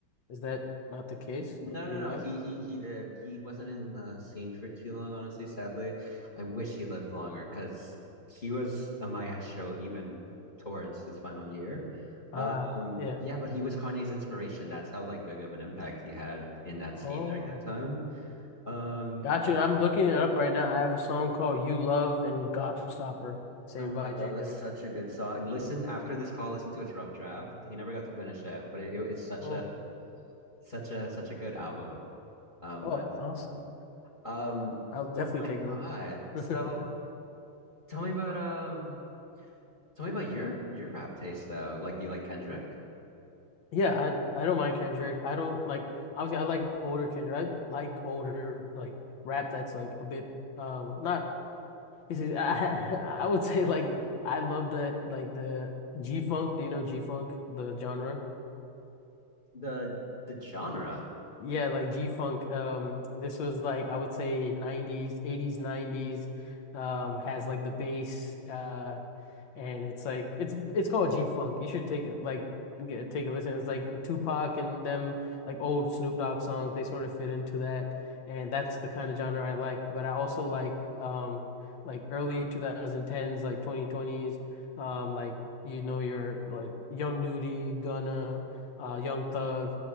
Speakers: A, on the left; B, on the left.
A: is that not the case?
B: No, no,
A: Do you know?
B: no. He he he did. He wasn't in the scene for too long, honestly, sadly. I wish he lived longer because he was a maestro even towards his final year.
A: Ah,
B: Um,
A: yeah.
B: yeah, but he was Kanye's inspiration. That's how like big of an impact he had in that
A: Oh.
B: scene during that time. Um,
A: Got you. I'm looking it up right now. I have a song called You Love and Gobstopper, saved
B: oh
A: by
B: my God,
A: Jay Dilla.
B: that's such a good song. Listen, after this call, listen to his rough draft. He never got to finish it, but it, it is such
A: Oh,
B: a such a such a good album. Um,
A: oh,
B: that,
A: awesome.
B: um,
A: I'll definitely
B: oh my
A: take a
B: God.
A: look.
B: So
A: <laughs>
B: Tell me about um tell me about your your rap taste though. Like do you like Kendrick?
A: Yeah, I I don't mind Kendrick. I don't like obviously I like older Kendrick. I like older like rap that's like a bit um not this is I, <laughs> I would say like I love the like the G-funk. Do you know G-funk, the genre?
B: The the genre.
A: Yeah, like G-Funk. Um, this was like I would say 90s, 80s, 90s. Um, has like the bass, uh, and it's like it's it's called G-Funk. You should take it like get, take a listen. It's like Tupac and them like old Snoop Dogg songs. They sort of fit into that, and that's the kind of genre I like. But I also like um like early 2010s, like 2020s, um like you know your like Young Nudy, Gunna, uh, Young Thug.